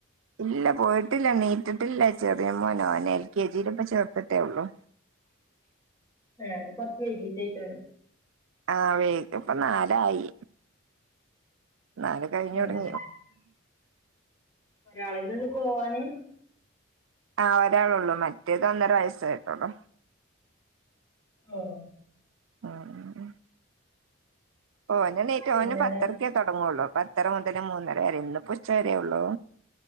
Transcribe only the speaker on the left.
ഞങ്ങളത് കുറച്ച് വൈകിട്ടായിരിക്കാരിം
ഉം
ഒരാളൊന്നൊള്ളൊപോവാാന്
ആഹ
പിന്നെന്താ